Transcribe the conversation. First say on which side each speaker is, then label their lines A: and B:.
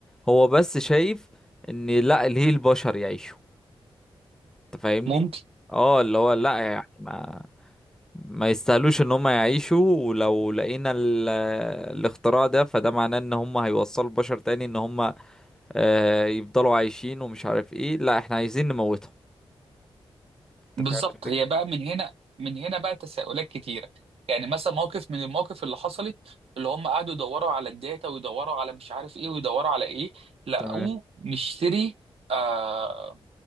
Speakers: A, in the centre; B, on the right.
A: هو بس شايف ان لأ ليه البشر يعيشوا انت فاهمني
B: ممكن
A: اه اللي هو لا يعني ما ما يستاهلوش ان هم يعيشوا ولو لقينا ال... الاختراع ده فده معناه ان هم هيوصلوا البشر تاني ان هم آه يفضلوا عايشين ومش عارف ايه لا احنا عايزين نموتهم انت
B: بالظبط
A: فاهم الفكرة
B: هي بقى من هنا من هنا بقى تساؤلات كتيره يعني مثلا موقف من المواقف اللي حصلت اللي هم قعدوا يدوروا على الداتا ويدوروا على مش عارف ايه ويدوروا على ايه لقوه
A: تمام
B: مشتري آه